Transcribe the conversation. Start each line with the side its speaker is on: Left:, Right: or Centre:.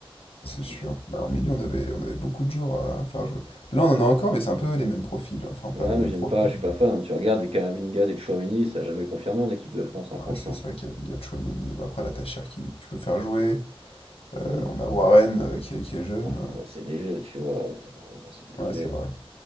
Left: c'est
Right: Qui
Left: sûr.
Right: fait...
Left: Bah, en milieu, on avait, on avait beaucoup de joueurs à faire jouer. Là, on en a encore, mais c'est un peu les mêmes profils. hein. Enfin, pas
Right: Ouais,
Left: les
Right: mais
Left: mêmes
Right: j'aime
Left: profils,
Right: pas, je suis pas
Left: mais...
Right: fan. Tu regardes des Camavinga, des Tchouaméni, ça a jamais confirmé en équipe de France, hein,
Left: Ouais,
Right: franchement.
Left: c'est ça qu'il y a, il y a Tchouaméni. Bah, après, là, t'as Cherki, du tu peux faire jouer. Euh,
Right: Oui. t-
Left: on a Warren, euh, qui est, qui est jeune.
Right: Ah, bah, c'est léger, tu vois. t'as- C'est
Left: euh.
Right: léger.
Left: Ouais, c'est vrai.